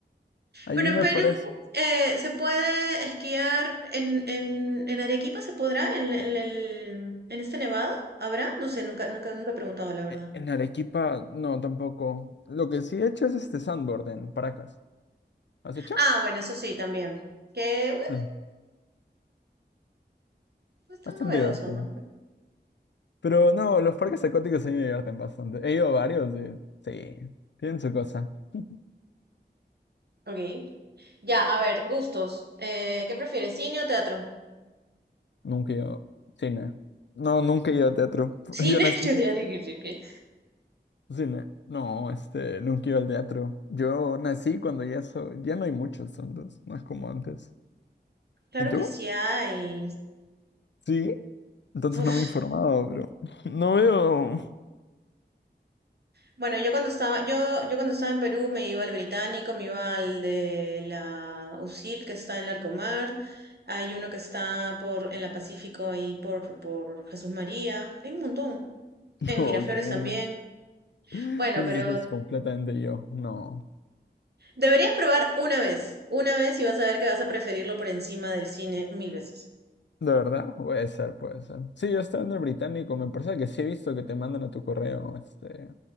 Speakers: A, on the left; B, on the right.
A: Allí
B: Pero en
A: me
B: Perú
A: parece.
B: eh, se puede esquiar en, en, en Arequipa, ¿se podrá? ¿En, en el- en este nevado? ¿Habrá? No sé, nunca, nunca, nunca he preguntado, la verdad.
A: E- En Arequipa, no, tampoco. Lo que sí he hecho es este sandboard en Paracas. ¿Has hecho?
B: Ah, bueno, eso sí, también. Que, bueno,
A: Sí.
B: es tan
A: Bastante
B: novedoso,
A: divertido.
B: ¿no?
A: Pero no, los parques acuáticos sí me divierten bastante. He ido a varios de... Sí, tienen su cosa. <laughs>
B: Ok. Ya, a ver, gustos. Eh, ¿qué prefieres, cine o teatro?
A: Nunca he ido cine. No, nunca he ido a teatro.
B: Cine,
A: <laughs> Yo nací
B: <laughs> yo diría. Ya sí, que
A: cine. No, este, nunca he ido al teatro. Yo nací cuando ya so... ya no hay muchos tantos, no es como antes.
B: Claro
A: ¿Y tú?
B: que sí hay.
A: Sí. Entonces
B: Uf.
A: no me he informado, bro. <laughs> No veo.
B: Bueno, yo cuando estaba, yo, yo cuando estaba en Perú me iba al Británico, me iba al de la USIL que está en Larcomar, hay uno que está por, en la Pacífico ahí por, por Jesús María, hay un montón.
A: <laughs> No,
B: En Miraflores
A: ok, entonces.
B: también.
A: Entonces
B: Bueno, pero
A: estás completamente yo. No.
B: deberías probar una vez, una vez y vas a ver que vas a preferirlo por encima del cine mil veces.
A: ¿De verdad? Puede ser, puede ser. Sí, yo estaba en el británico, me parece que sí he visto que te mandan a tu correo, este,